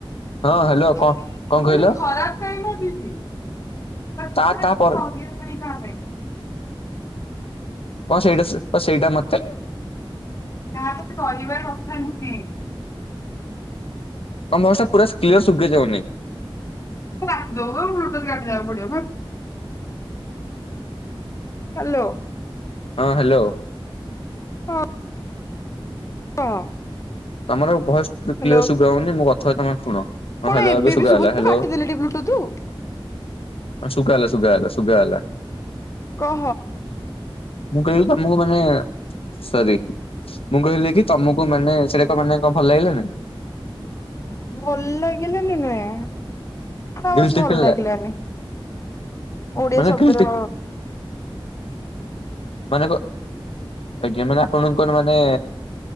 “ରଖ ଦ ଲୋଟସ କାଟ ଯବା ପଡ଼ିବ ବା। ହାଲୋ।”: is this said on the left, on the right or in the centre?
Left